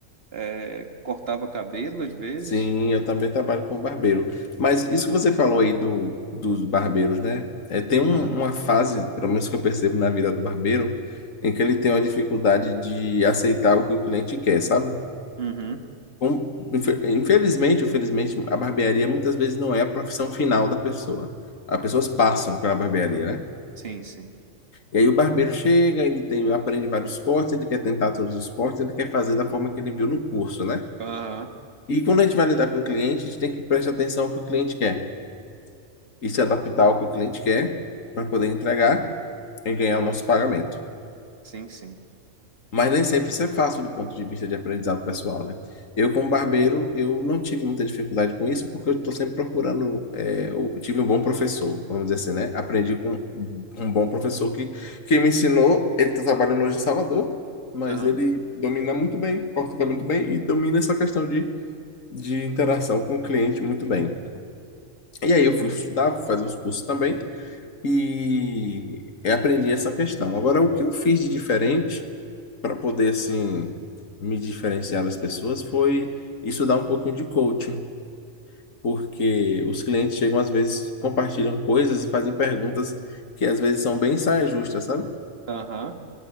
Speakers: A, on the right; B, on the left.
A: é, cortava cabelo às vezes.
B: Sim, eu também trabalho como barbeiro. Mas isso que você falou aí do, dos barbeiros, né? É, tem um-
A: Ah,
B: uma fase, pelo menos que eu percebo na vida do barbeiro, em que ele tem uma dificuldade de aceitar o que o cliente quer, sabe?
A: uhum.
B: Um- infe- infelizmente, ou felizmente, a barbearia muitas vezes não é a profissão final da pessoa. As pessoas passam pela barbearia, né?
A: Sim, sim.
B: E aí o barbeiro chega, ele tem, aprende vários cortes, ele quer tentar todos os cortes, ele quer fazer da forma que ele viu no curso, né?
A: Aham.
B: E quando a gente vai lidar com o cliente, a gente tem que prestar atenção no que o cliente quer. e se adaptar ao que o cliente quer para poder entregar e ganhar
A: Uhum.
B: o nosso pagamento.
A: Sim, sim.
B: Mas nem sempre isso é fácil do ponto de vista de aprendizado pessoal, né? Eu, como barbeiro, eu não tive muita dificuldade com isso, porque eu estou sempre procurando. é, eu tive um bom professor, vamos dizer assim, né? Aprendi com um bom professor que, que me ensinou. Ele está trabalhando hoje em Salvador, mas
A: Aham.
B: ele domina muito bem, corta o cabelo muito bem e domina essa questão de, de interação com o cliente muito bem. E aí eu fui estudar, fui fazer os cursos também. e aprendi essa questão. Agora, o que eu fiz de diferente para poder assim me diferenciar das pessoas foi estudar um pouquinho de coaching, porque os clientes chegam às vezes compartilham coisas e fazem perguntas que às vezes são bem saia justa, sabe?
A: Aham.